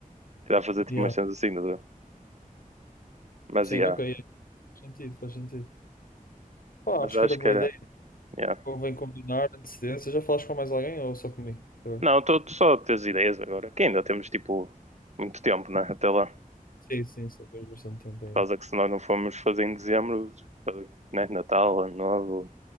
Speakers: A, on the right; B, on the left.
A: Que dá a fazer tipo
B: Yeah.
A: umas cenas assim, não dá? Mas
B: Sim,
A: yeah.
B: ok, faz sentido, faz sentido. Pá,
A: Mas
B: acho
A: acho
B: que era boa
A: que era.
B: ideia.
A: Yeah.
B: Convém combinar antecedência. Já falaste com mais alguém ou só comigo? Eu-
A: Não, estou só a ter as ideias agora, que ainda temos tipo muito tempo, né? Até lá.
B: Sim, sim, só tens bastante tempo
A: Por
B: aí.
A: causa que se nós não formos fazer em dezembro, né? Natal, Ano Novo,